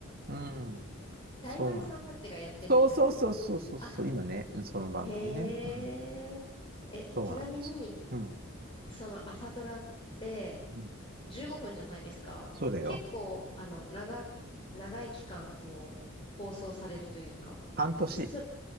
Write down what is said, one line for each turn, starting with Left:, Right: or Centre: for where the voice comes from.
Right: うん、
Left: 大丸さんたちがやってるんですか
Right: そうなの。そうそうそうそうそうそう、
Left: あ、
Right: 今ね、うんその番組ね。
Left: へえ。
Right: うん、
Left: え、
Right: そうなんですよ。
Left: ちなみに、
Right: うん、
Left: その朝ドラって、
Right: うん、
Left: 15分じゃないですか。
Right: そうだよ。
Left: 結構、あの、長、長い期間、こう、放送されるというか、
Right: 半年。
Left: 進む、